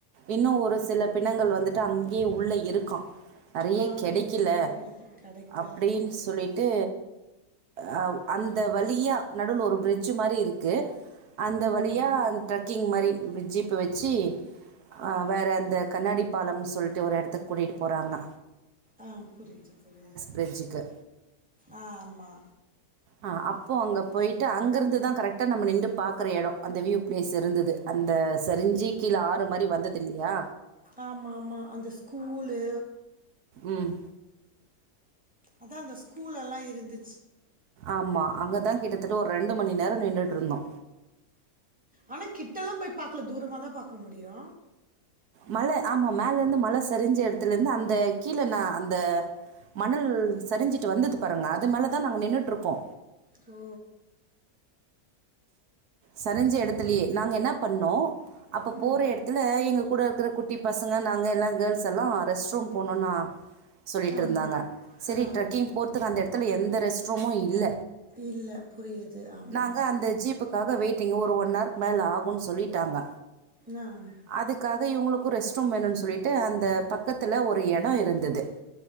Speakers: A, on the right; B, in the centre.
A: இன்னு ஒரு சில பிணங்கள் வந்துட்டு அங்யே உள்ள இருக்கா நறைய
B: ஆ
A: கெடக்கில
B: அது தெரியல. கெடைக்கல.
A: அப்டின்
B: ம்.
A: சொல்லிட்டு ஆ அந்த வழியா நடுவ்ல ஒரு பிரிட்ஜு மாரி இருக்கு அந்த வழியா
B: ம்.
A: அன் ட்ரக்கிங் மாரி <unintelligible> ஜூப்ப வச்சி அ வேற அந்த கண்ணாடி பாலம்னு சொல்ட்டு ஒரு எடத்துக்கு கூட்டிட்டு போறாங்க
B: ஆ புரியிது புரியிது
A: பிரிட்ஜுக்கு
B: ஆ ஆமா
A: ஆ அப்பொ அங்க போயிட்டு அங்கருந்துதா கரெக்டா நம்ம நின்டு பாக்குற எடொ அந்த வ்யூ ப்ளேஸ் இருந்தது அந்த சரிஞ்சி கீழ ஆறு மாரி வந்ததில்லயா
B: ஆமாமா அந்த ஸ்கூலு
A: ம்.
B: அதா அந்த ஸ்கூலல்லா இருந்து
A: ஆமா அங்கதா கிட்டத்தட்ட ஒர் ரெண்டு மணி நேர நின்டு ட்ருந்தோ
B: ஆனா கிட்டல்லா போய் பாக்ல தூரமாதா பாக்க முடியு
A: மல ஆமா மேலர்ந்து மல சருஞ்ச எடத்துலந்து அந்த கீழ நா அந்த மணல் சரிஞ்சிட்டு வந்தது பாருங்க அது மேலேதா நாங்க நின்னுட்ருக்கோ
B: ஓ
A: சரிஞ்ச எடத்துலயே நாங்க என்ன பண்ணோ அப்ப
B: ம்.
A: போற எடத்துல எங்க கூட இருக்குற குட் டி பசங்க நாங்க எல்லா கேர்ள்ஸ் எல்லா ரெஸ்ட் ரூம் போனுனா சொல்லிட்ருந்தாங்க
B: ஆமா.
A: செரி
B: ஆ.
A: ட்ரெக்கிங் போறதுக்கு அந்த எடத்துல எந்த ரெஸ்ட்ரூமு இல்ல
B: இல்ல. புரியுது. ஆமா.
A: நாங்க அந்த ஜீப்பு டிங்க ஒ ரு ஒன் ஆர்கு மேல ஆகுன் சொல்லிட்டாங்க
B: நான்
A: அதுக்காக இவுங்களுக்கு ரெஸ்ட்ரூம் வேணுன் சொல்லி ட்டு அந்த பக்கத்துல ஒரு எடொயிருந்தது